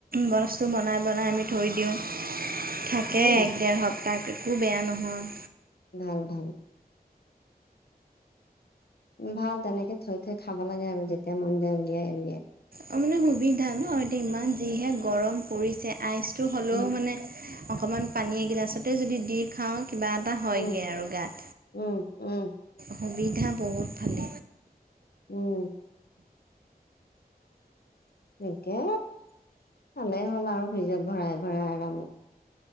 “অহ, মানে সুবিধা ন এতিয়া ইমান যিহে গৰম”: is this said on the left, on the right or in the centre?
Right